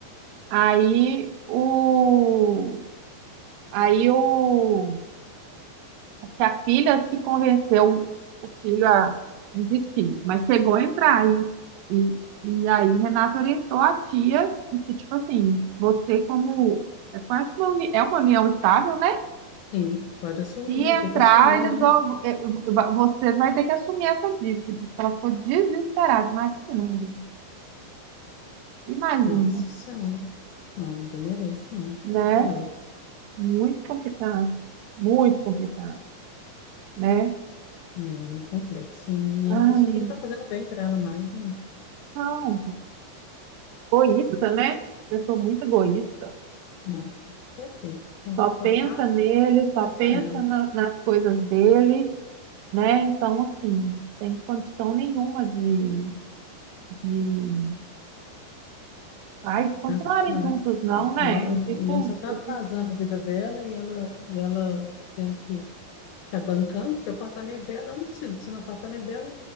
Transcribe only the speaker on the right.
Aí o aí o que a filha se convenceu o filho a desistir, mas chegou a entrar aí e, e aí Renata orientou a tia de que tipo assim, você como é quase uma uni- é uma união estável, né?
Se entrar,
eles
vão, eh, va- você vai ter que assumir essa dívida. Diz que Ela ficou desesperada. Imagina, Maria. Imagina,
né?
Muito complicado. Muito complicado, né?
Ai,
não. Egoísta, né? Pessoa muito egoísta.
Só
pensa
nele, só
pensa
na- nas coisas dele, né? Então, assim, sem condição nenhuma de, de, ai, de continuarem
juntos, não, né?
Eu fico,
eu
fico